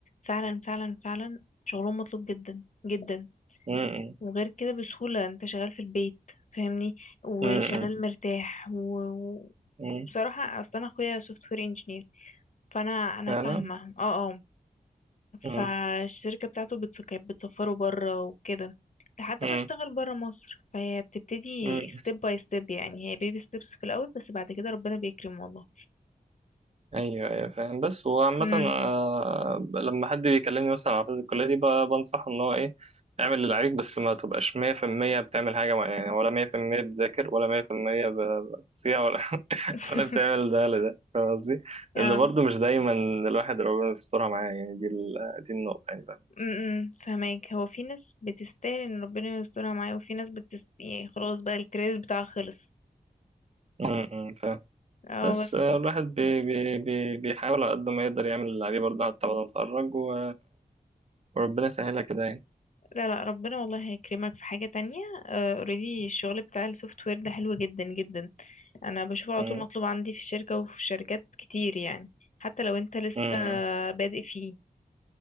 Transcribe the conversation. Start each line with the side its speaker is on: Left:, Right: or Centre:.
Left: فعلا فعلا فعلا شغلهم مطلوب جدا جدا
Right: م-
Left: وغير كده بسهولة انت شغال في البيت فاهمني وشغال
Right: م- م-
Left: مرتاح و-
Right: م-
Left: وبصراحة اصلا اخويا سوفت وير انجينير فانا انا
Right: فعلا
Left: فاهمه اه اه
Right: م-
Left: فالشركه بتاعته بتس- كانت بتسفره بره وكده لحد
Right: م-
Left: ما اشتغل بره مصر فهي بتبتدي
Right: م-
Left: ستيب باي ستيب يعني هي بيبي ستيبس في الاول بس بعد كده ربنا بيكرم والله
Right: ايوه ايوه فاهم بس وعامة
Left: امم
Right: آه، لما حد بيكلمني مثلا على فترة الكلية دي ب- بنصحه ان هو ايه اعمل اللي عليك بس ما تبقاش 100% بتعمل حاجة معينة يعني ولا 100% بتذاكر ولا 100% ب- بتصيع ولا <laughs>
Left: <laughs>
Right: ولا بتعمل ده ولا ده فاهم قصدي؟
Left: يا
Right: لأن برضه مش دايما الواحد ربنا يسترها معاه يعني دي ال- دي النقطة يعني فاهم
Left: امم فهماك هو في ناس بتستاهل ان ربنا يسترها معاه وفي ناس بتست... يعني خلاص بقى الكريز بتاعها خلص
Right: م- م، فاهم
Left: اه
Right: بس
Left: بس
Right: آه، الواحد بي بي بي بيحاول على قد ما يقدر يعمل اللي عليه برضه حتى بعد ما يتخرج و- وربنا يسهلها كده يعني
Left: لا لا ربنا والله هيكرمك في حاجة تانية اوريدي الشغل بتاع السوفت وير ده حلو جدا جدا انا بشوفه على
Right: م-
Left: طول مطلوب عندي في الشركة وفي شركات كتير يعني حتى لو انت لسه
Right: م-
Left: بادئ فيه